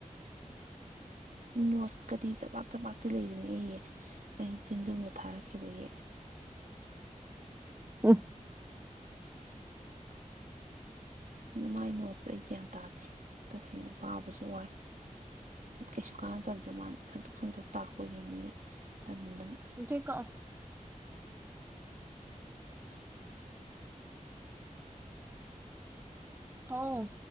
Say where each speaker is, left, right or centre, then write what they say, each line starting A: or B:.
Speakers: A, on the right (about 75°); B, on the right (about 15°).
A: ꯃꯣꯁꯀꯗꯤ ꯆꯄꯥꯛ ꯆꯄꯥꯛꯇꯤ ꯂꯩꯕꯅꯦ ꯑꯩꯑꯦ ꯑꯩꯅ ꯆꯤꯟꯗꯨꯨꯝꯗ ꯊꯥꯔꯛꯈꯤꯕꯒꯤ
B: ꯎꯝ
A: ꯑꯗꯨꯅ ꯃꯥꯏ ꯅꯣꯠꯁ ꯑꯩ ꯒ꯭ꯌꯥꯟ ꯇꯥꯗꯦ ꯇꯁꯦꯡꯅ ꯄꯥꯕꯁꯨ ꯋꯥꯏ ꯀꯩꯁꯨ ꯀꯥꯟꯅꯗꯕꯗꯣ ꯃꯥꯅ ꯁꯟꯊꯣꯛ ꯁꯟꯊꯣꯛ ꯇꯥꯛꯄꯒꯤꯅꯤꯅ ꯇꯟꯗꯅ
B: <unintelligible> ꯍꯥꯎ